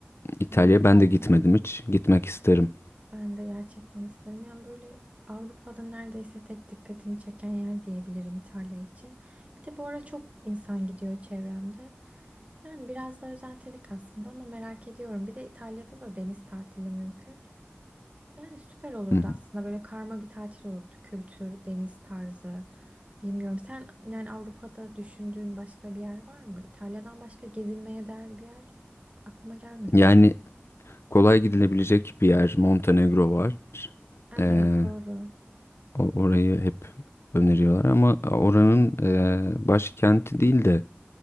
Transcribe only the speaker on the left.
İtalya'ya
ben de gitmedim hiç. Gitmek isterim.
Hı hı.
Yani kolay gidilebilecek bir yer. Montenegro var.
Ee,
o- orayı hep öneriyorlar ama oranın ee, başkenti değil de